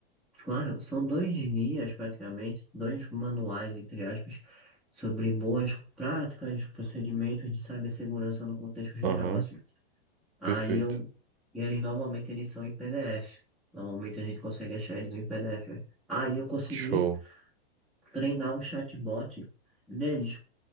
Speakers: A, in the centre; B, on the right (about 65°).
A: claro, são dois guias praticamente, dois manuais, entre aspas, sobre boas práticas, procedimentos de cibersegurança no contexto geral,
B: Aham,
A: assim. Aí
B: perfeito.
A: eu, e eles normalmente eles são em PDF. Normalmente a gente consegue achar eles em PDF. né? Aí eu consegui
B: Show.
A: treinar um chatbot neles,